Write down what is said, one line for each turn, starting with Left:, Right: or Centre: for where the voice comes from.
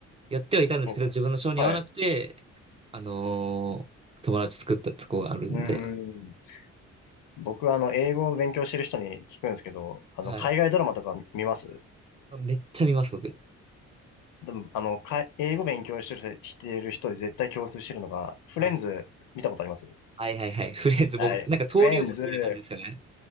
Right: やってはいたんですけど、
Left: 僕
Right: 自分の性に合わなくて、
Left: はい。
Right: あのー友達作ったとこがあるんで、
Left: うーん。僕はあの、英語を勉強してる人に聞くんですけど、あの、
Right: はい。
Left: 海外ドラマとか見ます
Right: めっちゃ見ます、僕。
Left: でも、あの、かい、英語勉強してる、してる人で絶対共通してるのが、フレンズ見たことあります
Right: はい。はいはいはい。フレンズ、
Left: はい。
Right: 僕なんか登竜門的な感じですよね。
Left: フレンズ、